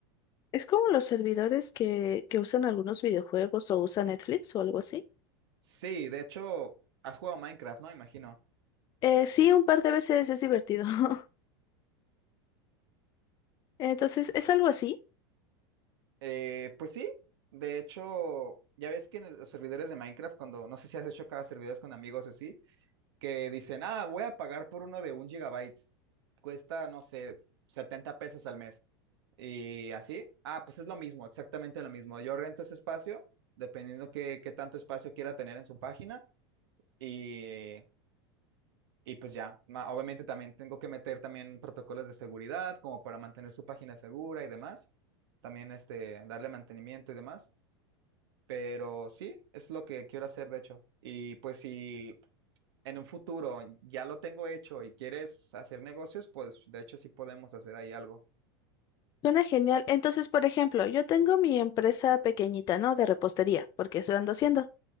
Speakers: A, on the left (about 30°); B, on the right (about 75°).
A: Es como los servidores que, que usan algunos videojuegos o usa Netflix o algo así.
B: Sí, de hecho, has jugado Minecraft, ¿no? Imagino.
A: Eh, sí, un par de veces es divertido. <laughs> Entonces, es algo así.
B: Eh, pues sí, de hecho, ya ves que en el- los servidores de Minecraft, cuando, no sé si has hecho cada servidores con amigos así, que dicen, ah, voy a pagar por uno de un gigabyte. cuesta, no sé, 70 pesos al mes. Y así, ah, pues es lo mismo, exactamente lo mismo. Yo rento ese espacio, dependiendo qué, qué tanto espacio quiera tener en su página y, y pues ya, Ma- obviamente también tengo que meter también protocolos de seguridad como para mantener su página segura y demás, también este, darle mantenimiento y demás, pero sí, es lo que quiero hacer de hecho. Y pues si en un futuro ya lo tengo hecho y quieres hacer negocios, pues de hecho sí podemos hacer ahí algo.
A: Suena genial. Entonces, por ejemplo, yo tengo mi empresa pequeñita, ¿no? De repostería, porque eso ando haciendo.